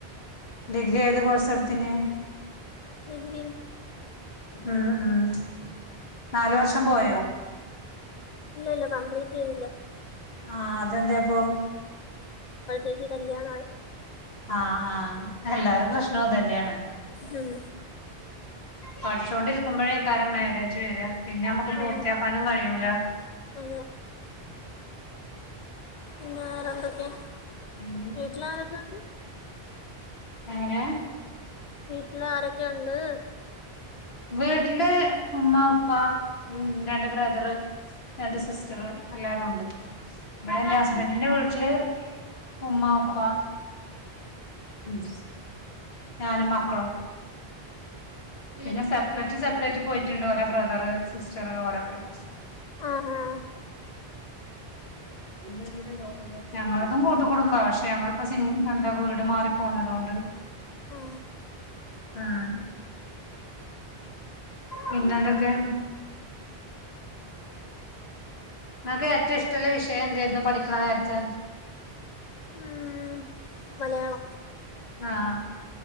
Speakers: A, on the left; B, on the left.
A: ഡിഗ്രി ഏത് കോഴ്സ് എടുത്തന
B: അത
A: ഉം ഉ നാല വർഷം പോയോ
B: ഇല്ല ഇല്ല കംപ്ലീറ്റ് യ്തില്ല.
A: ആഹ് അതെന്തെ ഇപ്പൊ
B: അപ്പോഴത്തേക്ക് കല്ല്യാണായി.
A: ആഹ് ആഹ് എല്ലാര പ്രശ്നൊ അതെ ന്നെയാണ്.
B: ഉം.
A: പഠിച്ചോണ്ടിരിക്കുമ്പയേക്കാരം മ്യാരേജ് വെര്. പിന്നെ നമ്മക്ക്
B: ആ,
A: പൂർത്തിയാക്കാനും കഴിയൂല.
B: അതെ പിന്നെ വേറെ എന്തൊക്കെയ,
A: ഉം.
B: വീട്ടില് ആരൊക്കെ ഇണ്ട്?
A: എങ്ങനെ
B: വീട്ടില് ആരൊക്കെ ഉണ്ട്?
A: വീട്ടില് ഉമ്മ ഉപ്പ ഉം രണ്ട് ബ്രദറ് രണ്ട് സിസ്റ്ററ് എല്ലാരും ഉണ്ട് ഇവിടെ എന്റെ ഹസ്ബന്റിന്റെ വീട്ടില് ഉമ്മ ഉപ്പ ഉം ഞാനും മക്കളും. പിന്നെ സെപ്പറേറ്റ് സെപ്പറേറ്റ് പോയിട്ടുണ്ട് ഓലെ ബ്രദറ് സിസ്റ്ററ് ഓരൊക്കെ. <inaudible>
B: ആ ആ,
A: ഉം ഞങ്ങളതും കൂട്ട് കുടുംബാ പക്ഷെ ഞങ്ങളിപ്പോ സിൻ എന്താ വീട് മാറി പോന്നത് കൊ ണ്ട്
B: ആ.
A: ആഹ് പിന്നെന്തൊക്കെയ? നിങ്ങക്ക് ഏറ്റവും ഇഷ്ട്ടൊള്ള വിഷയം എന്തായിരുന്നു പഠിക്കണ നേരത്ത്.
B: ഉം, മലയാളം
A: ആഹ്